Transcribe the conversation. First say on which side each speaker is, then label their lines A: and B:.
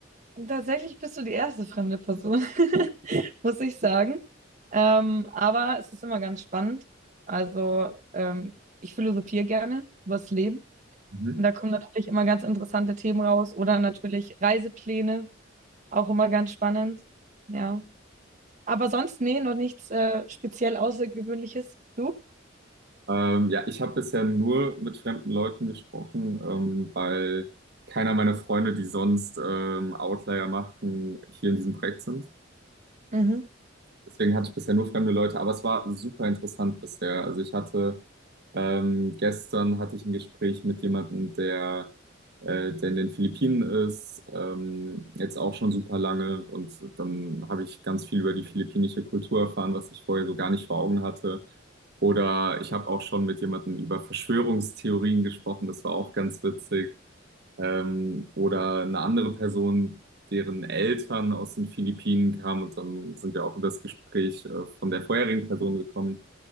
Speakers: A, on the right; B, on the right.
A: Tatsächlich bist du die erste fremde Person, <laughs> muss ich sagen. Ähm, aber es ist immer ganz spannend. Also ähm, ich philosophiere gerne über das Leben.
B: Mhm.
A: Und da kommen natürlich immer ganz interessante Themen raus. Oder natürlich Reisepläne, auch immer ganz spannend. Ja. Aber sonst, nee, noch nichts äh, speziell Außergewöhnliches. Du?
B: Ähm, ja, ich habe bisher nur mit fremden Leuten gesprochen, ähm, weil keiner meiner Freunde, die sonst ähm, Outlier machen, hier in diesem Projekt sind.
A: Mhm.
B: Deswegen hatte ich bisher nur fremde Leute, aber es war super interessant bisher. Also ich hatte ähm, gestern hatte ich ein Gespräch mit jemandem, der, äh, der in den Philippinen ist, ähm, jetzt auch schon super lange. Und dann habe ich ganz viel über die philippinische Kultur erfahren, was ich vorher so gar nicht vor Augen hatte. Oder ich habe auch schon mit jemandem über Verschwörungstheorien gesprochen, das war auch ganz witzig. Ähm, oder eine andere Person, deren Eltern aus den Philippinen kamen und dann sind wir auch über das Gespräch äh, von der vorherigen Person gekommen.